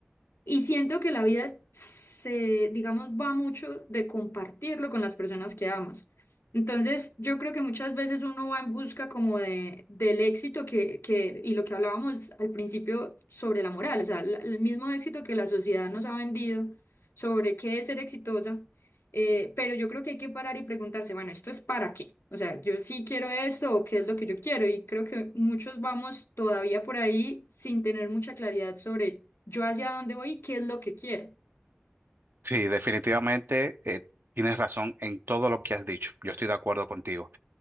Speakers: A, on the left; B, on the right.
A: Y siento que la vida se, digamos, va mucho de compartirlo con las personas que amas. Entonces, yo creo que muchas veces uno va en busca como de, del éxito que, que, y lo que hablábamos al principio sobre la moral, o sea, la- el mismo éxito que la sociedad nos ha vendido sobre qué es ser exitosa, eh, pero yo creo que hay que parar y preguntarse, bueno, ¿esto es para qué? O sea, yo sí quiero esto o qué es lo que yo quiero y creo que muchos vamos todavía por ahí sin tener mucha claridad sobre yo hacia dónde voy y qué es lo que quiero.
B: Sí, definitivamente eh, tienes razón en todo lo que has dicho. Yo estoy de acuerdo contigo.